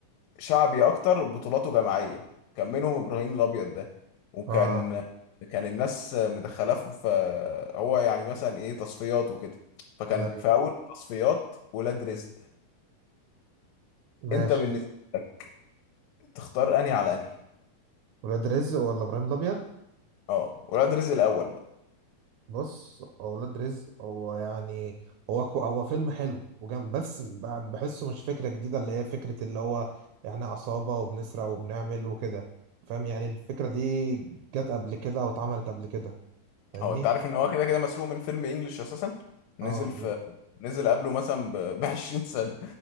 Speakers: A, on the left (about 80°); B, on the right (about 75°).
A: شعبي اكتر بطولاته جماعيه كان منهم ابراهيم الابيض ده وكان
B: اه
A: كان الناس مدخلاه في هو يعني مثلا ايه تصفيات وكده فكان
B: زي
A: في اول التصفيات ولاد رزق
B: ماشي
A: انت بالنسبه لك تختار انهي على انهي
B: ولاد رزق ولا ابراهيم الابيض
A: اه ولاد رزق الاول بقى
B: بص اولاد رزق هو يعني هو كو هو فيلم حلو وجامد بس ب- بحسه مش فكره جديده اللي هي فكره اللي هو احنا عصابه وبنسرق وبنعمل وكده فاهم يعني الفكره دي جت قبل كده او اتعملت قبل كده فاهمني
A: هو انت عارف ان هو كده كده مسروق من فيلم انجلش اساسا نزل
B: اه
A: في
B: ي-
A: نزل قبله مثلا ب <laughs> 20 سنه